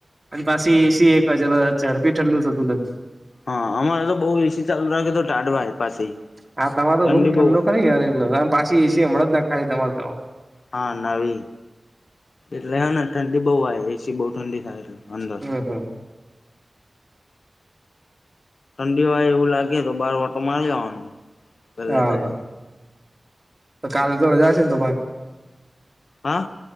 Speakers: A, on the right; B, on the left.
A: અને પાછી એસી એકજ ઝડપી ઠંડુ થતું નથી.
B: હા અમારે તો બહુ એસી ચાલુ રહ કે તો ટાઢવા. પાસે
A: હા તમારો
B: ઠંડી
A: તો રૂમ ઠંડો
B: બહુ હોય
A: ખે યાર એટમે પાછી એસી હમણાં જ નાખ ખા તમારે તો.
B: હા નવી એટલે હ ને ઠંડી બહુ આવે એસી બહુ ઠંડી થાય એટલે. અંદર
A: હમ હમ.
B: ઠંડી વાય એવું લાગે તો બાર વટો મારી લવાનો પલે
A: હા
B: પલે.
A: કાલે તો રજા છે ને તમારે
B: હા